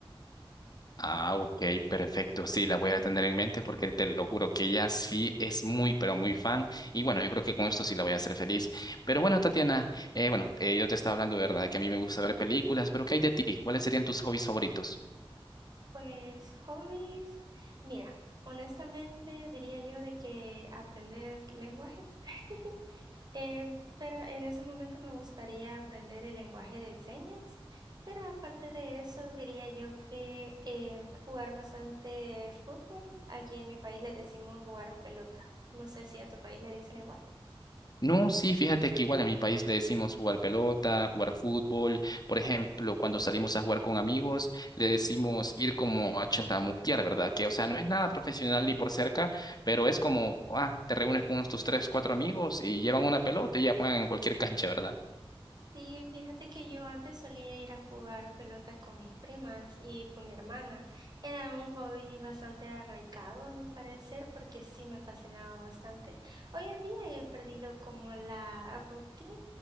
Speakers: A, on the left; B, on the right.
A: Ah, ok, perfecto. Sí, la voy a tener en mente porque te lo juro que ella sí es muy, pero muy fan. Y bueno, yo creo que con esto sí la voy a hacer feliz. Pero bueno, Tatiana, eh, bueno, eh, yo te estaba hablando, ¿verdad? Que a mí me gusta ver películas, pero ¿qué hay de ti? ¿Cuáles serían tus hobbies favoritos?
B: Pues hobbies, mira, honestamente diría yo de que aprender lenguajes. <laughs> Em, pero en ese momento me gustaría aprender el lenguaje de señas, pero aparte de eso diría yo que em, jugar bastante fútbol, aquí en mi país le decimos jugar pelota, no sé si en tu país le dicen igual.
A: No, sí, fíjate que igual en mi país le decimos jugar pelota, jugar fútbol. Por ejemplo, cuando salimos a jugar con amigos, le decimos ir como a chatamuquear, ¿verdad? Que, o sea, no es nada profesional ni por cerca, pero es como, ah, te reúnes con unos tus tres, cuatro amigos y llevan una pelota y ya juegan en cualquier cancha, ¿verdad?
B: Sí, fíjate que yo antes solía ir a jugar pelota con mis primas y con mi hermana. Era un hobby bastante arraigado, a mi parecer, porque sí me fascinaba bastante. Hoy en día he perdido como la rutina,